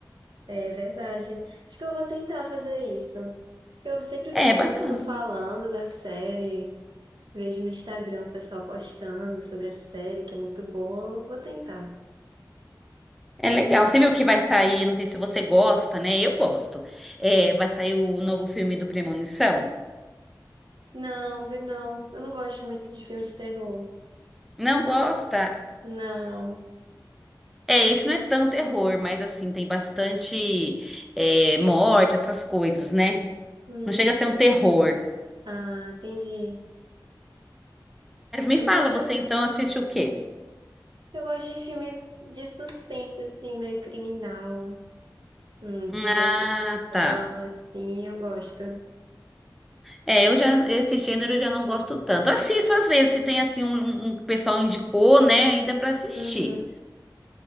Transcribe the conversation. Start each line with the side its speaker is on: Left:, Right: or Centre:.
Right: é verdade. Acho que eu vou tentar fazer isso. Eu sempre vejo
Centre: É
Right: todo
Centre: bacana.
Right: mundo falando da série, vejo no Instagram o pessoal postando sobre a série, que é muito boa. Eu vou tentar.
Centre: É legal. Você viu que vai sair, não sei se você gosta, né? Eu gosto. É, vai sair o novo filme do Premonição?
Right: Não, vi não. Eu não gosto muito de filme de terror.
Centre: Não gosta?
Right: Não.
Centre: É, esse não é tão terror, mas assim, tem bastante, é, morte, essas coisas, né?
Right: Hum.
Centre: Não chega a ser um terror.
Right: Ah, entendi.
Centre: Mas me
Right: Eu
Centre: fala,
Right: gosto,
Centre: você então assiste o quê?
Right: eu gosto de filme de suspense, assim, meio criminal, hum,
Centre: Ah,
Right: de investigação,
Centre: tá.
Right: assim, eu gosto.
Centre: É, eu já, esse gênero eu já não gosto tanto. Assisto às vezes, se tem assim um, um- um que o pessoal indicou, né? Aí dá pra assistir.
Right: Uhum.